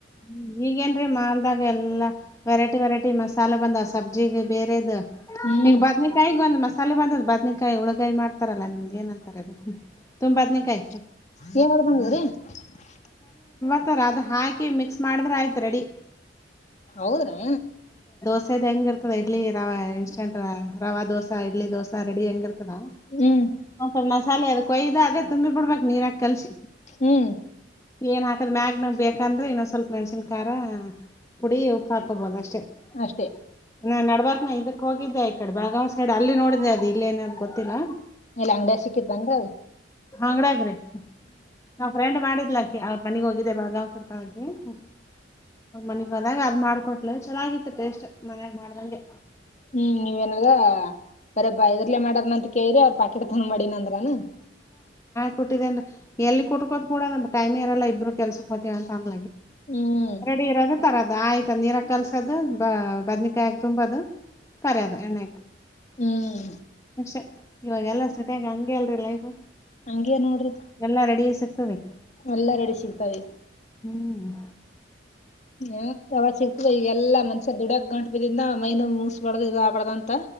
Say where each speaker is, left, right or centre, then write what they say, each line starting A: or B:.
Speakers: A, on the left (about 15°); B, on the left (about 40°).
A: ಹು ಈಗೇನ್ರೀ ಮಾಲದಾಗ ಎಲ್ಲಾ ವೆರೈಟಿ ವೆರೈಟಿ ಮಸಾಲ ಬಂದವ ಸಬ್ಜಿಗೆ ಬೇರೆದ
B: ಹ್ಮ್
A: ಈಗ ಬಾದ್ನಿಕಾಯಿಗ್ ಬಂದು ಮಸ್ ತಲೆ ಬಂದದ ಬದ್ನೇಕಾಯಿ ಹಳಗಾಯಿ ಮಾಡ್ತಾರಲ್ಲ ನಿಮಗ ಏನಂತಾರ ಅದಕ ತುಂಬ್ ಬದ್ನೇಕಾಯಿ
B: <unintelligible>
A: ಹತರ ಅದು ಹಾಕಿ ಮಿಕ್ಸ್ ಮಾಡಿದ್ರೆ ಆಯ್ತು ರೆಡಿ.
B: ಹೌದ್ರಾ
A: ದೋಸ ಹೆಂಗ ಇರ್ತದ ಇಡ್ಲಿ ರವೆ ಇನ್ಸ್ಟಂಟ್ ರವಾ ದೋಸ ಇಡ್ಲಿ ದೋಸಾ ರೆಡಿ ಹೆಂಗ ಇರ್ತದೆ.
B: ಹ್ಮ್
A: ಮ ಮಸಾಲೆ ಅದು ಕೊಯ್ದು ಅದೇ ತುಂಬಿ ಬಿಡ್ಬೇಕ ನೀರಾಕ ಕಲ್ಸ
B: ಹ್ಮ್
A: ಏನ್ ಹಾಕದ್ ಮ್ಯಾಗ ನಾಗ ಬೇಕ ಯಾಂದ್ರೆ ಇನ್ನೊ ಸ್ವಲ್ಪ ಮೆಣಸನ್ ಖಾರ ಪುಡಿ ಉಪ್ಪು ಹಾಕೋಬಹುದು ಅಷ್ಟೇ ನೆಡ್ಬೇಕ್ನಾ
B: ಅಷ್ಟೇ
A: ಅದಕ್ಕೆ ಹೋಗಿದ್ದೆ ಈ ಕಡೆ ಬಳಗಾವ್ ಸೈಡ್ ಅಲ್ಲಿ ನೋಡಿದೆೆ ಅದು ಇಲ್ಲ ಏನ ಅ ಗೊತ್ತಿಲ್ಲ
B: ಇಲ್ಲ ಅಂಗಡಿಯ ಸಿಕ್ಕಿತ್ ಅಂಗ
A: ಅಂಗ್ಡಾಗ್ರಿ ನಾವ್ ಫ್ರೆಂಡ್ ಮಾಡಿದ್ಲಾಕಿ ಅವ್ರ ಮನಗ್ ಹೋಗಿದ್ದೆ ಬಾವ್ರ್ತ ಹ್ಮ್ <unintelligible> <unintelligible> ಅದ್ ಮಾಡ್ಕೊಟ್ಲು ಚೆನ್ನಾಗಿತ್ತು ಟೇಸ್ಟ್ ಮನ್ಯಾಗ ಮಾಡದಂಗೆ
B: ಹ್ಮ್ ನೀವೇನದ ಬರ ಬೈದರ್ಲೆೇ ಮಾಡಾರನ ಅಂತ ಕೇಳ್ರರಿ ಅವ್ರ ಪಾಕೆಟ್ ಫೋನ್ ಮಾಡಿನ ಅಂದ್ರನ
A: ಕೊಟ್ಟಿದ್ದೇ ಎಲ್ಲಿ ಕುಟ್ಕೋ ಕೂಡ್ರ ಟೈಮಿ ಇರಲ್ಲ ಇಬ್ರು ಕೆಲ್ಸಕ್ ಹತವಿ ಅನ್
B: ಹ್ಮ್
A: ರೆಡಿ ಇರೋರ್ ತರ ಆಯ್ತ ನೀರ ಕಲಸೋದು ಬ ಬದ್ನಕಾಯಿ ತುಂಬದು ಕರೋದು ಎಣ್ಣೆ
B: ಹ್ಮ್
A: ಅಷೆ ಇವಾಗ ಎಲ್ಲ ಸತಿ ಆಗ ಹಂಗೆ ಅಲ್ರಿ ಲೈಫ್
B: ಹಂಗೆ ನೋಡ್ರಿ
A: ಎಲ್ಲಾ ರೆಡಿ ಸಿಗ್ತದೆ
B: ಎಲ್ಲಾ ರೆಡಿ ಸಿಗ್ತಾವೆ
A: ಹ್ಮ್
B: ಹ ಯಾವ ಸಿಗ್ತ ಎಲ್ಲಾ ಮನ್ಷ್ಯ ದುಡ ಗಂ ಬಿದಿಂದ ಮೈನ ಮುಸ್ಬಾರ್ದ ಇದು ಆಬಾರ್ದ ಅಂತ